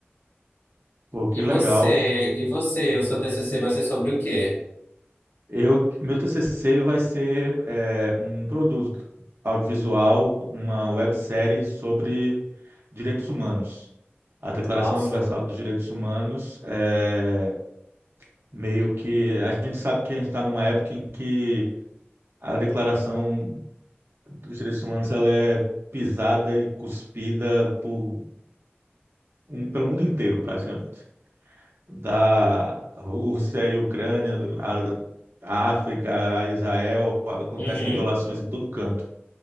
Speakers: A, on the right; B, on the left.
A: Pô, que
B: E
A: legal.
B: você? E você? O seu TCC vai ser sobre o quê?
A: Eu, meu TCC vai ser é, um produto audiovisual, uma websérie sobre direitos humanos. A Declaração
B: Nossa.
A: Universal dos Direitos Humanos é meio que a gente sabe que a gente está numa época em que a Declaração dos Direitos Humanos ela é pisada e cuspida por um- pelo mundo inteiro, praticamente. da Rússia e Ucrânia, do- a, a África, a Israel, acontecem
B: Uhum.
A: violações em todo canto.